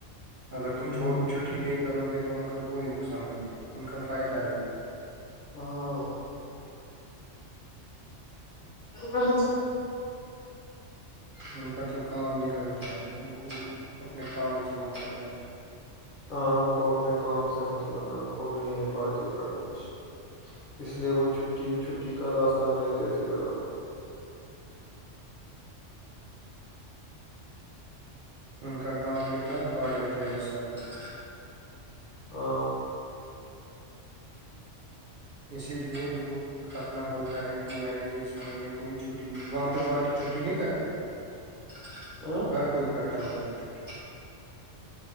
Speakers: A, on the right (about 55°); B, on the left (about 55°).
A: اگر تم
B: ہ
A: چھ چھٹی نہیں کرو گے تو ان کا کوئی نقصان نہیں ہے ان کا فائدہ ہی ہے
B: ہاں ہ
A: ان کا تو کام نکلتا ہے ان کو اپنے کام سے مطلب ہے
B: ہاں ان کو اپنے کام سے مطلب بالکل نہیں ہے باقی کا کچھ اس لیے وہ چھٹی چھٹی کا راستہ نہیں دیتے زیادہ
A: ان کا کام نکلا باڑ میں جائے سارے پ
B: ہ
A: اسی لیے خود رکھنا ہوتا ہے کہ میں نے اس مہینے کوئی چھٹی نہیں وہاں پہ باقی چھٹی نہیں کرتے <unintelligible>
B: ہ
A: ہر کوئی اٹھا ہوگا چٹی